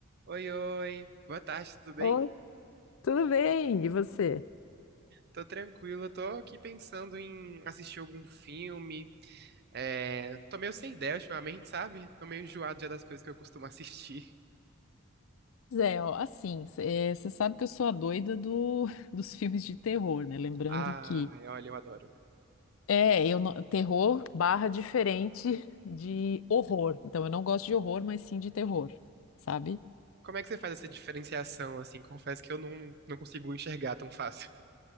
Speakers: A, on the right; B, on the left.
A: Oi, oi. Boa tarde, tudo bem?
B: Oh, tudo bem, e você?
A: Tô tranquilo, tô aqui pensando em assistir algum filme. É, tô meio sem ideia ultimamente, sabe? Tô meio enjoado já das coisas que eu costumo <laughs> assistir.
B: Zé, ó, assim, você sabe que eu sou a doida do, <laughs> dos filmes de terror, né? Lembrando
A: Ai,
B: que
A: olha, eu adoro.
B: é, eu não- terror barra diferente de horror. Então eu não gosto de horror, mas sim de terror, sabe?
A: Como é que você faz essa diferenciação, assim? Confesso que eu não, não consigo enxergar tão fácil.